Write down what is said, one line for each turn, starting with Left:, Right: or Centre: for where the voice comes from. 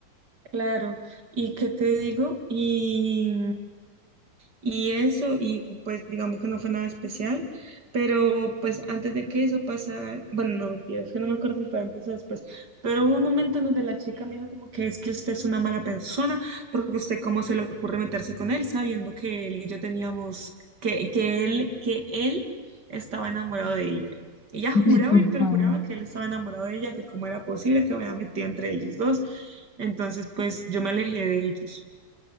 Right: Claro, ¿y qué te digo? Y, y eso, y pues digamos que no fue nada especial, pero pues antes de que eso pasara, bueno, no mentira, es que no me acuerdo si fue antes o después, pero hubo un momento en donde la chica me dijo como que es que usted es una mala persona, porque usted cómo se le ocurre meterse con él sabiendo que él y yo teníamos, que, que él, que él estaba enamorado de ella. Ella juraba
Left: Ay, por
Right: y perjuraba
Left: favor.
Right: que él estaba enamorado de ella, que cómo era posible que me había metido entre ellos dos. Entonces, pues yo me alejé de ellos.